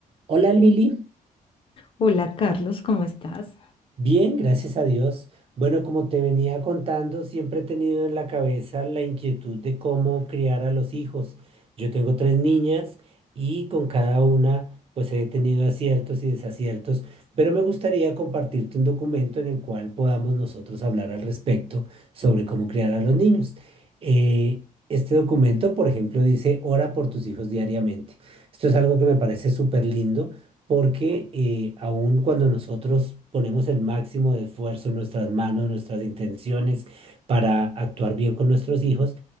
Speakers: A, on the right (about 40°); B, on the left (about 40°).
A: Hola Lili,
B: Hola Carlos, ¿cómo estás?
A: bien, gracias a Dios. Bueno, como te venía contando, siempre he tenido en la cabeza la inquietud de cómo criar a los hijos. Yo tengo tres niñas y con cada una pues he tenido aciertos y desaciertos, pero me gustaría compartirte un documento en el cual podamos nosotros hablar al respecto sobre cómo criar a los niños. Eh, este documento, por ejemplo, dice, ora por tus hijos diariamente. Esto es algo que me parece súper lindo porque eh, aun cuando nosotros ponemos el máximo de esfuerzo en nuestras manos, nuestras intenciones para actuar bien con nuestros hijos,